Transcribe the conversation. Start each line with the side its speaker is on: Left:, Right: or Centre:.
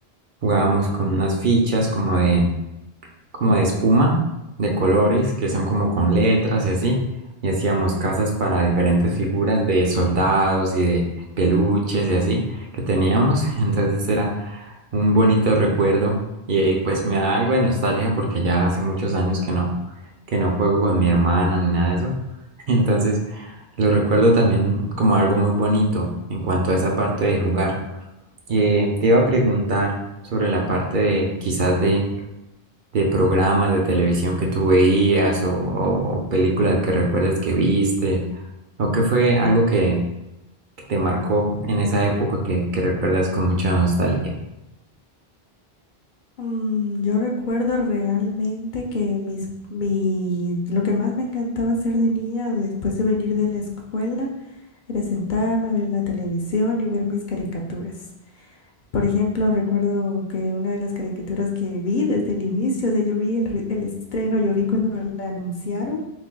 Right: Jugábamos con unas fichas como de, como de espuma, de colores, que son como con letras y así. Y hacíamos casas para diferentes figuras de soldados y de peluches y así que teníamos. <laughs> Entonces era un bonito recuerdo y eh, pues me da algo de nostalgia porque ya hace muchos años que no, que no juego con mi hermana ni nada de eso. <laughs> Entonces lo recuerdo también como algo muy bonito en cuanto a esa parte de jugar. Eh, te iba a preguntar sobre la parte de quizás de, de programas de televisión que tú veías o, o- o películas que recuerdes que viste o que fue algo que, que te marcó en esa época que, que recuerdas con mucha nostalgia.
Left: Mm, yo recuerdo realmente que mis, mi, lo que más me encantaba hacer de niña después de venir de la escuela Era sentarme a ver la televisión y ver mis caricaturas. Por ejemplo, recuerdo que una de las caricaturas que vi desde el inicio, o sea, yo vi el, re- el estreno, yo vi cuando la anunciaron,